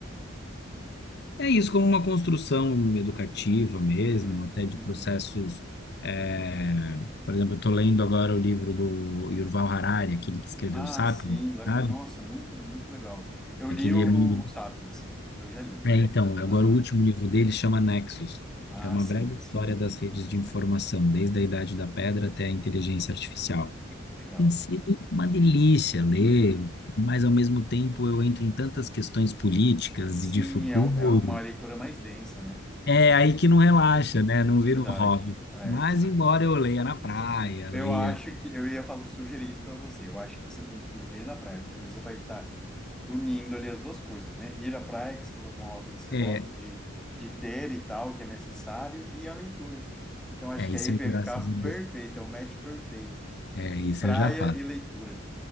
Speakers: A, on the left; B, in the centre.
A: É isso, como uma construção educativa mesmo,
B: uhum,
A: até de
B: uhum.
A: processos. é, por exemplo, eu estou lendo agora o livro do Yuval Harari, aquele que escreveu
B: Ah,
A: Sapiens,
B: sim. le-
A: sabe?
B: Nossa, muito, muito legal. Eu
A: Aquele
B: li o,
A: amigo
B: o Sapiens. Eu já li.
A: É, então, agora
B: Aham.
A: o último livro dele chama Nexus,
B: Ah,
A: que é uma
B: sim,
A: breve história
B: sim.
A: das redes de informação, desde a Idade da Pedra até a inteligência artificial.
B: Legal.
A: Tem sido uma delícia ler,
B: Uhum.
A: mas ao mesmo tempo eu entro em tantas questões políticas
B: Sim,
A: e de futuro.
B: é, um- é uma leitura mais densa, né?
A: É aí que não relaxa, né? Não vira
B: É Verdade.
A: um hobby.
B: É.
A: Mas embora eu leia na praia,
B: Eu
A: leia.
B: acho que eu ia falar, sugerir isso para você. Eu acho que você tem que ler na praia, porque você vai estar unindo ali as duas coisas, né? Ir à praia, que você falou que é um hobby que você
A: É,
B: gosta de, de ter e tal, que é necessário, e a leitura. Então, acho
A: é
B: que
A: isso
B: aí vai
A: eu graças
B: ficar
A: a Deus.
B: perfeito, é o match perfeito.
A: É isso
B: Praia
A: eu já faço.
B: e leitura.